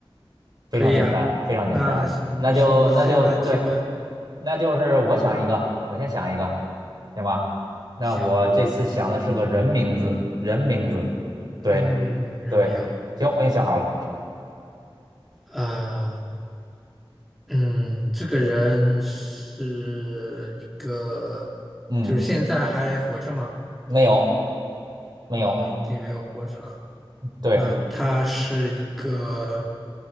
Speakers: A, on the right; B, in the centre.
A: 非常简单，
B: 可以啊。
A: 非常简单。
B: 那是你是你先来提问，
A: 那就那就对，那就是我想一个，我先想一个，行吧？那我这次想的是个人名字，
B: 行。
A: 人名字，对。
B: 嗯，人名
A: 对，行，我已经想好了。
B: 啊，嗯，这个人是一个，
A: 嗯，
B: 就是现在还活着吗？
A: 没有，没有。
B: 哦，已经没有活着了。
A: 对，
B: 那他是一个，